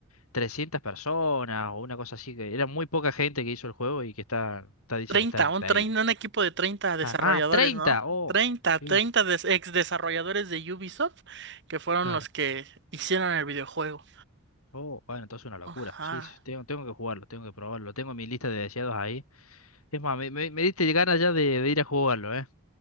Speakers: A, on the left (about 80°); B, on the right (about 55°).
A: 300 personas o una cosa así, que era muy poca gente que hizo el juego y que está, está dice
B: 30,
A: que está increíble.
B: un, trein- un equipo de treinta desarrolladores,
A: Ah, ah, 30,
B: ¿no?
A: oh,
B: 30,
A: sí,
B: 30 des- ex desarrolladores de Ubisoft que fueron
A: claro.
B: los que hicieron el videojuego.
A: Oh, bueno, entonces una locura.
B: Ajá,
A: Sí, sí, tengo, tengo que jugarlo, tengo que probarlo. Tengo mi lista de deseados ahí. Es más, me, me, me diste ganas ya de, de ir a jugarlo, ¿eh?